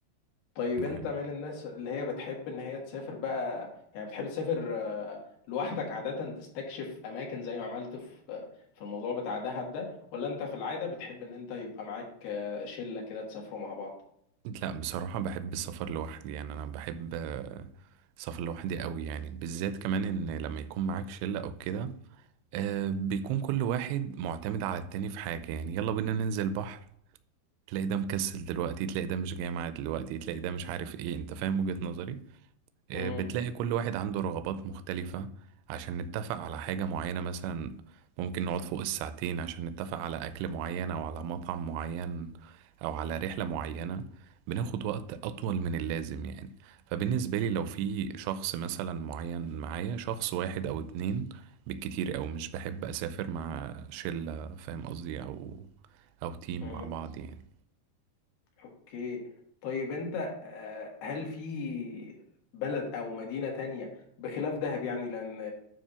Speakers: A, on the left; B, on the right.
A: طيب
B: ده
A: انت
B: حقيقي
A: من الناس اللي هي بتحب ان هي تسافر بقى يعني بتحب تسافر آه، لوحدك عادة تستكشف اماكن زي ما عملت في آه، في الموضوع بتاع دهب ده ولا انت في العادة بتحب ان انت يبقى معاك آه، شلة كده تسافروا مع بعض
B: لا بصراحة بحب السفر لوحدي يعني أنا بحب آه، السفر لوحدي قوي يعني بالذات كمان إن لما يكون معاك شلة أو كده آه، بيكون كل واحد معتمد على التاني في حاجة يعني يلا بينا ننزل بحر تلاقي ده مكسل دلوقتي تلاقي ده مش جاي معاه دلوقتي تلاقي ده مش عارف ايه انت فاهم وجهة نظري آه،
A: امم
B: بتلاقي كل واحد عنده رغبات مختلفة عشان نتفق على حاجة معينة مثلا ممكن نقعد فوق الساعتين عشان نتفق على أكل معين أو على مطعم معين أو على رحلة معينة بناخد وقت أطول من اللازم يعني فبالنسبة لي لو في شخص مثلا معين معايا شخص واحد أو اتنين بالكتير أو مش بحب أسافر مع شلة فاهم قصدي أو أو تيم
A: امم
B: مع بعض يعني
A: اوكي طيب انت آه، هل في بلد او مدينة تانية بخلاف دهب يعني لان